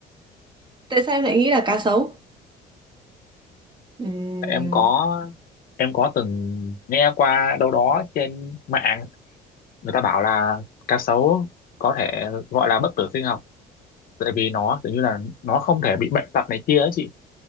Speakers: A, on the right (about 25°); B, on the left (about 60°).
A: Tại sao em lại nghĩ là cá sấu? Ừm,
B: em có em có từng nghe qua đâu đó trên mạng người ta bảo là cá sấu có thể gọi là bất tử sinh học tại vì nó kiểu như là nó không thể bị bệnh tật này kia ấy chị